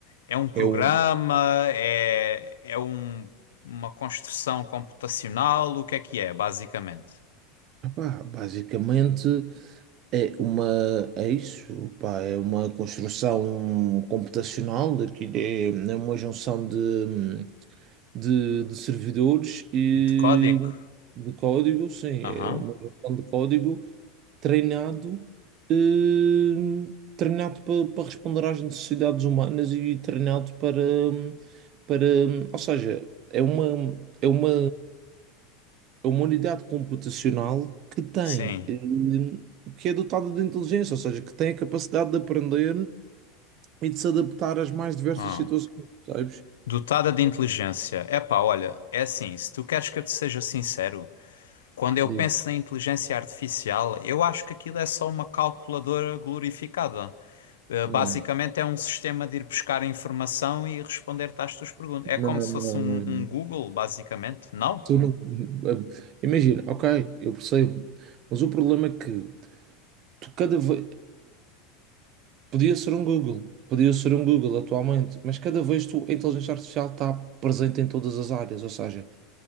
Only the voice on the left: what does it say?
É um programa?
É, é um, uma construção computacional? O que é que é, basicamente?
E de código?
Aham.
Sim.
Ah.
Dotada de inteligência. Epá, olha, é assim, se tu queres que eu te seja sincero, quando eu
penso na inteligência artificial, eu acho que aquilo é só uma calculadora glorificada. Eh,
Basicamente é um sistema de ir buscar informação e responder-te às tuas perguntas. É
como se
fosse um,
um Google, basicamente, não?